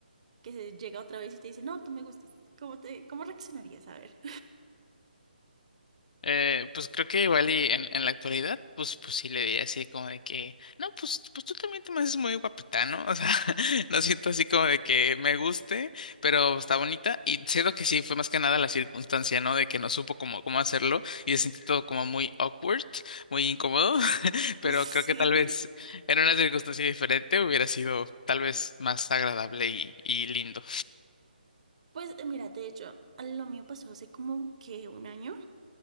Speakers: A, on the right; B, on the left.
A: que se llega otra vez y te dice, no, tú me gustas, ¿cómo te, cómo reaccionarías? A ver.
B: Eh, pues creo que igual y en, en la actualidad, pues, pues sí le diría así como de que, no, pues, pues tú también te me haces muy guapita, ¿no? O sea, <laughs> no siento así como de que me guste, pero está bonita y siento que sí, fue más que nada la circunstancia, ¿no? De que no supo cómo, cómo hacerlo y se sintió todo como muy awkward, muy incómodo, <laughs> pero
A: <laughs>
B: creo que
A: Sí.
B: tal vez en una circunstancia diferente hubiera sido tal vez más agradable y, y lindo.
A: Pues eh, mira, de hecho, lo mío pasó hace como que un año.